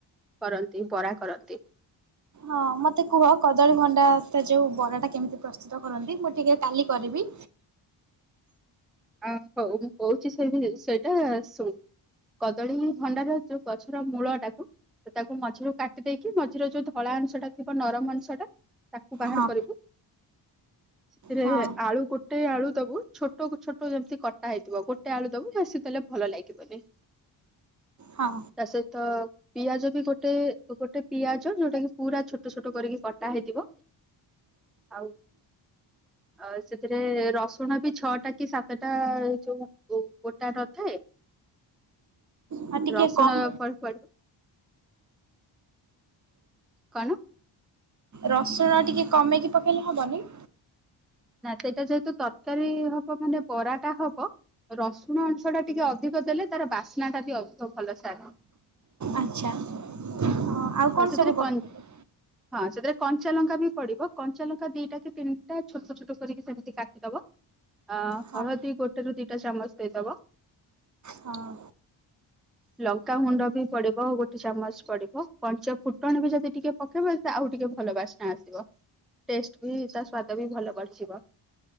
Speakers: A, in the centre; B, on the right.
A: କରନ୍ତି ବରା କରନ୍ତି।
B: ହଁ ମତେ କୁହ କଦଳୀ ଭଣ୍ଡା ସେ ଯୋଉ ବରାଟା କେମିତି ପ୍ରସ୍ତୁତ କରନ୍ତି ମୁଁ ଟିକେ କାଲି କରିବି।
A: ଆ ହୋଉ ମୁଁ କୋହୁଚି ସେ ବି ସେଇଟା ଶୁଣ୍ କଦଳୀ ଭଣ୍ଡାର ଯୋଉ ଗଛର ମୂଳଟାକୁ ସେ ତାକୁ ମଝିରୁ କାଟି ଦେଇକି ମଝିରେ ଯୋଉ ଧଳା ଅଂଶଟା ଥିବ ନରମ ଅଂଶଟା ତାକୁ ବାହାର
B: ହଁ
A: କରିବୁ ସେଥିରେ
B: ହଁ
A: ଆଳୁ ଗୋଟେ ଆଳୁ ଦୋବୁ ଛୋଟ ଛୋଟ ଟ ଯେମିତି କଟା ହେଇଥିବ ଗୋଟେ ଆଳୁ ଦୋବୁ ବେଶୀ ଦେଲେ ଭଲ ଲାଗିବନି।
B: ହଁ
A: ତା ସହିତ ପିଆଜ ବି ଗୋଟେ ଗୋଟେ ପିଆଜ ଯୋଉଟା କି ପୁରା ଛୋଟ ଛୋଟ କରିକି କଟା ହେଇଥିବ ଆଉ ଆ ସେଥିରେ ରସୁଣ ବି ଛଅଟା କି ସାତଟା ଯୋଉ ଗୋ-ଗୋଟା ନଥାଏ
B: ଆଉ ଟିକେ
A: ରସୁଣ
B: କମ୍
A: ପଡି ପଡିବ। କଣ?
B: ରସୁଣ ଟିକେ କମେଇକି ପକେଇଲେ ହବନି?
A: ନା ସେଇଟା ଯେହେତୁ ତରକାରୀ ହବ ମାନେ ବରାଟା ହବ ରସୁଣ ଅଂଶଟା ଟିକେ ଅଧିକ ଦେଲେ ତାର ବାସ୍ନା ଟା ବି ଅଧିକ ଭଲସେ ଆଣିବ।
B: ଆଚ୍ଛା। ହଁ ଆଉ କଣ
A: ସେଥିରେ
B: ସବୁ କରୁଛନ୍ତି?
A: କନ୍ ହଁ ସେଥିରେ କଞ୍ଚା ଲଙ୍କା ବି ପଡିବ କଞ୍ଚା ଲଙ୍କା ଦିଟା କି ତିନିଟା ଛୋଟ ଛୋଟ କରିକି ସେମିତି କାଟିଦବ। ଅ
B: ହଁ
A: ହଳଦୀ ଗୋଟେରୁ ଦି ଗୋଟେ ଚାମଚ ଦେଇଦବ
B: ହଁ।
A: ଲଙ୍କାଗୁଣ୍ଡ ବି ପଡିବ ଗୋଟେ ଚାମଚ ପଡିବ। ପଞ୍ଚଫୁଟଣ ବି ଯଦି ଟିକେ ପକେଇବ ଏଥିରେ ଆଉ ଟିକେ ଭଲ ବାସ୍ନା ଆସିବ ଟେଷ୍ଟ ବି ତା ସ୍ଵାଦ ବି ଭଲ ବଢିଯିବ।